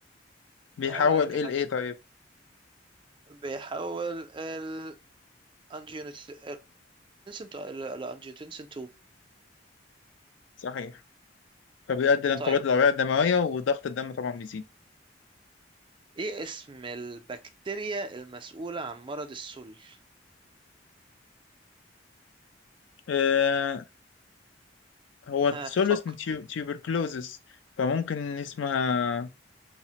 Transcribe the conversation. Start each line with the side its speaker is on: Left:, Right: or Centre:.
Left: بيحول
Right: عيب عليك
Left: ال
Right: يا حاج
Left: ايه طيب
Right: بيحول ال الانجيوتنسين الانجيوتنسين 2
Left: صحيح فبيؤدي لانقباض
Right: طيب
Left: الأوعية الدموية وضغط الدم طبعا بيزيد
Right: ايه اسم البكتيريا المسؤولة عن مرض السل
Left: آه هو
Right: ها
Left: السولوس
Right: فكر
Left: من تيو- تيوبركلوزس فممكن اسمها